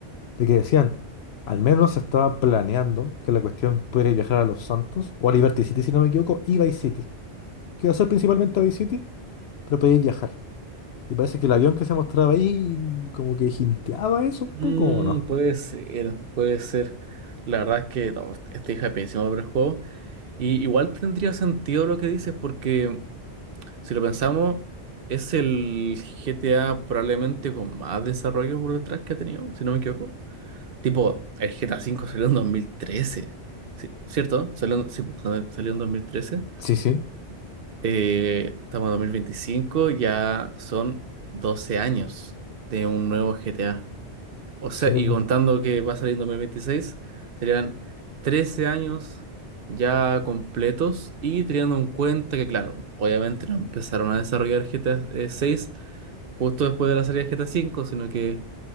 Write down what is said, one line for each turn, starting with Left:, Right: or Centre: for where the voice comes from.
Left: de que decían, al menos se estaba planeando que la cuestión pudiera viajar a Los Santos, o a Liberty City si no me equivoco, y Vice City. Que iba a ser principalmente a Vice City, pero podía viajar. Y parece que el avión que se mostraba ahí como que jinteaba eso un
Right: Mm,
Left: poco, ¿o no?
Right: puede ser, puede ser. La verdad es que no, esta hija es pésima para el juego. Y igual tendría sentido lo que dices, porque. Si lo pensamos, es el GTA probablemente con más desarrollo por detrás que ha tenido, si no me equivoco. Tipo, el GTA V salió en 2013. Sí, ¿cierto? Salió, en- sí, pues, sal- salió en 2013.
Left: Sí, sí,
Right: Eh, estamos en 2025, ya son 12 años de un nuevo GTA. O sea,
Left: sí,
Right: y
Left: po.
Right: contando que va a salir en dos mil veintiséis serían 13 años ya completos y teniendo en cuenta que, claro, obviamente no empezaron a desarrollar GTA 6 justo después de la salida de GTA 5, sino que